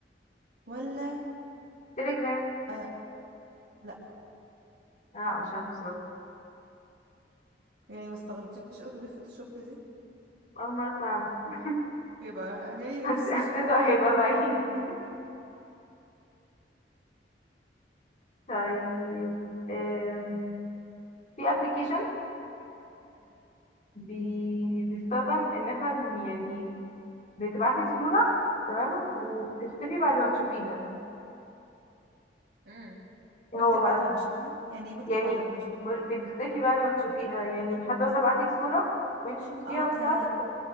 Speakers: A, on the right; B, on the left.
A: ولا
B: تليجرام
A: آه لا
B: لا مش عارفة بصراحة
A: يعني ما استغربتيش اودوبي فوتوشوب دي
B: أول مرة أسمع عنه <laughs>
A: يبقى هي
B: حس...
A: مش سوشيال
B: حسيته
A: ميديا
B: هيبقى بعيد
A: <laughs>
B: طيب آم، في ابلكيشن بي... بيستخدم ان احنا بن- يعني بتبعتي الصورة تمام وبتختفي بعد ما تشوفيها
A: امم
B: ايه
A: بكتب
B: هو بقى
A: بعد ما بشوفها يعني ايه بكتب
B: يعني
A: بعد ما بشوفها
B: بقول- بتختفي بعد ما تشوفيها يعني حد مثلا بعتلك صورة وانت شفتيها
A: اه
B: وبتاع
A: ده
B: ف-